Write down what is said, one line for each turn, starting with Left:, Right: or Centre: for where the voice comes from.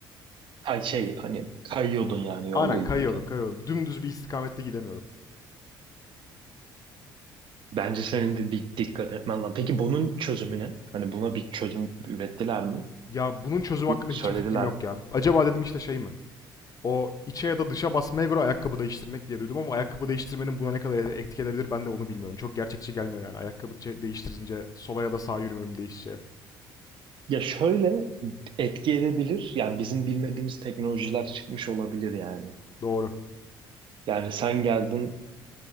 Right: Hay şey hani kayıyordun yani yolda
Left: Aynen
Right: yürürken.
Left: kayıyordum kayıyordum. Dümdüz bir istikamette gidemiyordum.
Right: Bence senin de bir dikkat etmen lazım. Peki bunun çözümü ne? Hani buna bir çözüm ürettiler mi?
Left: Ya bunun çözüm hakkında
Right: Söylediler
Left: hiçbir fikrim yok
Right: mi?
Left: ya. Acaba dedim işte şey mi? o içe ya da dışa basmaya göre ayakkabı değiştirmek diye duydum ama ayakkabı değiştirmenin buna ne kadar etki edebilir ben de onu bilmiyorum. Çok gerçekçi gelmiyor yani ayakkabı değiştirince sola ya da sağa yürümem değişeceği.
Right: Ya şöyle etki edebilir. Yani bizim bilmediğimiz teknolojiler çıkmış olabilir yani.
Left: Doğru.
Right: Yani sen geldin